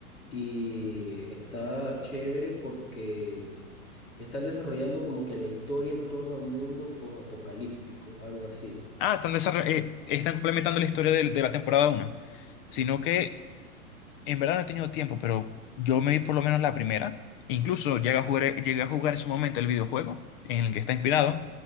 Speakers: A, on the left; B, on the left.
A: y está chévere porque están desarrollando como que la historia en torno al mundo posapocalíptico, algo así.
B: Ah, están, desarro- eh, están complementando la historia del- de, la temporada uno, sino que en verdad no he tenido tiempo, pero yo me vi por lo menos la primera. Incluso llegué a jugar, llegué a jugar en su momento el videojuego en el que está inspirado.